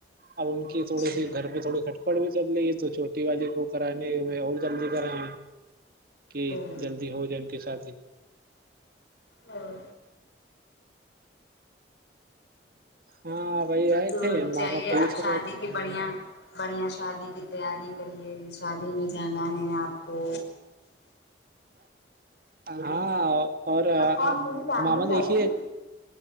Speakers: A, on the right (about 50°); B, on the left (about 70°).
A: اب ان کی
B: اچھا
A: تھوڑی سی گھر پہ تھوڑی کھٹپٹ بھی چل رہی ہے تو چوٹی والی کو کرانے میں اور جلدی کریں کہ
B: او
A: جلدی ہو جائے ان کے ساتھ ہی
B: ہاں
A: ہاں وہی آئے
B: تو
A: تھے ماما
B: چلیے
A: پوچھ
B: اب
A: رہے
B: شادی
A: تھے
B: کی بڑیا بڑھیا شادی کی تیاری کرے شادی میں جانا ہے آپ کو
A: ہاں اور
B: کون پوری فیملی
A: ماما
B: جائے
A: دیکھیے
B: گی